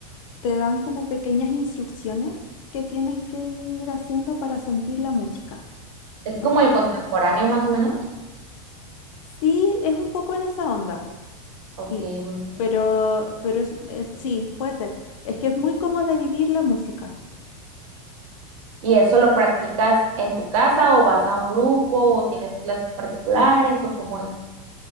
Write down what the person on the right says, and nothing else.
¿Es
como el contemporáneo más o menos?
Ok,
bueno.
¿Y eso lo practicas en tu casa o vas a un grupo o tienes clases particulares o cómo es?